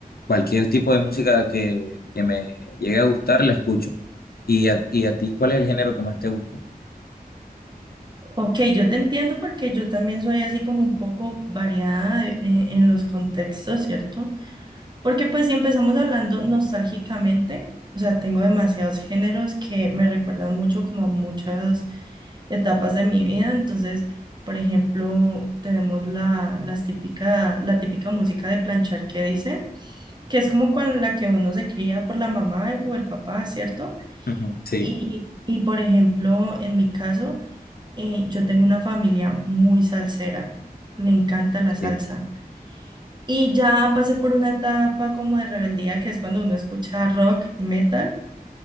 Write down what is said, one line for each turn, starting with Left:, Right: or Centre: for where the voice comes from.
Left: cualquier tipo de música que, que me llegue a gustar, la escucho. ¿Y a, y a ti cuál es el género que más te gusta?
Right: ok, yo te entiendo porque yo también soy así como un poco variada de- de- en los contextos, ¿cierto? Porque pues si empezamos hablando nostálgicamente, o sea, tengo demasiados géneros que me recuerdan mucho como muchas etapas de mi vida. Entonces, por ejemplo, tenemos la, las típica, la típica música de planchar que dice, que es como con la que uno se cría por la mamá o el papá, ¿cierto?
Left: Ujú, Sí,
Right: Y, y por ejemplo, en mi caso, eh, yo tengo una familia muy salsera, le encanta la salsa.
Left: sí,
Right: Y ya pasé por una etapa como de rebeldía, que es cuando uno escucha rock y metal,